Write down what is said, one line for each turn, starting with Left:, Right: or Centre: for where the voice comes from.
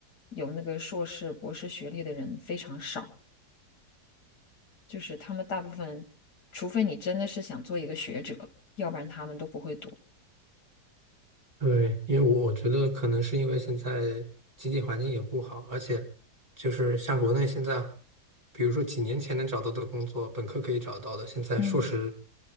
Left: 有那个硕士、博士学历的人非常少。就是他们大部分，除非你真的是想做一个学者，要不然他们都不会读。
Right: 对，因为我我觉得可能是因为现在经济环境也不好，而且就是像国内现在，比如说几年前能找到的工作，本科可以找到的，现在硕士
Left: 嗯